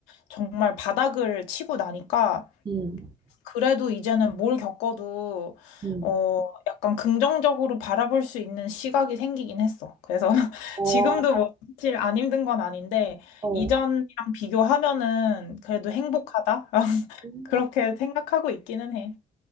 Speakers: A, on the left; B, on the right.
A: 정말 바닥을 치고 나니까
B: 음.
A: 그래도 이제는 뭘 겪어도
B: 음.
A: 어 약간 긍정적으로 바라볼 수 있는 시각이 생기긴 했어. 그래서 <laughs>
B: 어,
A: 지금도 뭐 사실 안 힘든 건 아닌데
B: 어.
A: 이전이랑 비교하면은 그래도 행복하다. <laughs>
B: 음.
A: 그렇게 생각하고 있기는 해.